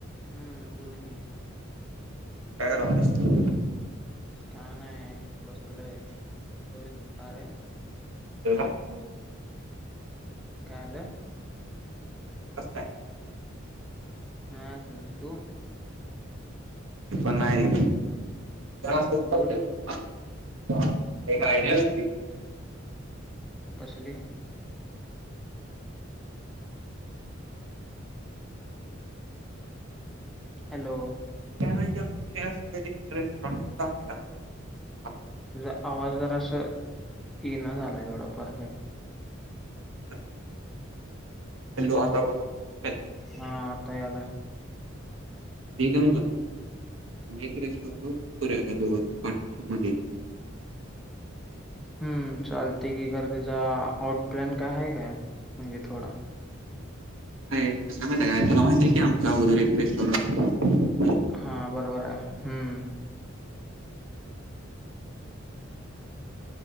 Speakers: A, in the centre; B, on the right.
A: हम्म बोल की.
B: काय करायलास.
A: काय नाही बसलोय बोल की का रे.
B: हो ना.
A: काय झालं?
B: जेवलास काय.
A: नाय अजून तू?
B: मी पण नाही. <unintelligible>
A: बोल कसली? हॅलो.
B: काय माहिती आपण <unintelligible> आपल्या
A: तुझा आवाज जरास ये ना झाला एवढा परफेक्ट.
B: भागात हॅलो आता बघ. हॅलो
A: हा आता यायला.
B: मी काय <unintelligible> पार्टनरशिप मध्ये
A: हम्म चालते की घर त्याचा आउट प्लॅन काय आहे काय म्हणजे थोडा.
B: कस आहे माहिती आहे का तुला माहिती आहे की आमंच्या अगोदर एक रेस्टॉरनेट
A: हा बरोबर आहे हम्म.